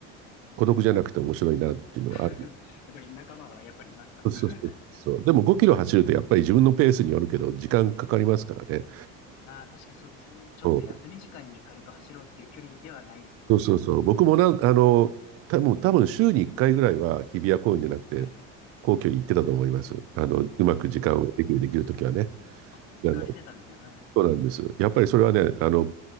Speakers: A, on the right; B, on the left.
A: 孤独じゃなくて面白いなっていうのはある
B: <laughs> やっぱり仲間はやっぱりいますか
A: そうそうそうそうでも5キロ走るとやっぱり自分のペースによるけど時間かかりますからね。
B: <laughs> まあ確かにそうですよね。ちょっと休み時間に軽く走ろうっていう距離ではないですよね。
A: そうそうそうそう。僕もなん、あの、たもう多分週に1回ぐらいは日比谷公園じゃなくて、
B: はいはい。
A: 皇居に行ってたと思います。あの、うまく時間をできる、
B: あ、
A: できるときはね。
B: あ、行かれてたんですね。
A: 時間が
B: はいはい。
A: そうなんです。やっぱりそれはね、あの、